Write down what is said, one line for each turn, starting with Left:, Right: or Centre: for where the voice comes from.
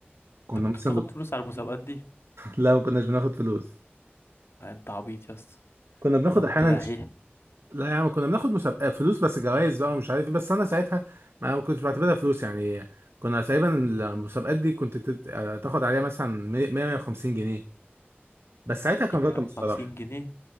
Right: كنا
Left: انت كنت
Right: مثلا
Left: بتاخد
Right: <laughs> نب-
Left: فلوس على المسابقات دي
Right: لا ما كناش بناخد فلوس
Left: لا، انت عبيط يا اسطى
Right: كنا بناخد
Left: انا كنت
Right: احيانا
Left: دحيح
Right: لا يا عم كنا بناخد مسابقة فلوس بس جوائز بقى ومش عارف ايه بس انا ساعتها ما كنتش بعتبرها فلوس يعني كنا تقريبا المسابقات دي كنت تت- آه، تاخد عليها مثلا 100 150 جنيه بس ساعتها كان
Left: 150
Right: رقم الصراحة
Left: جنيه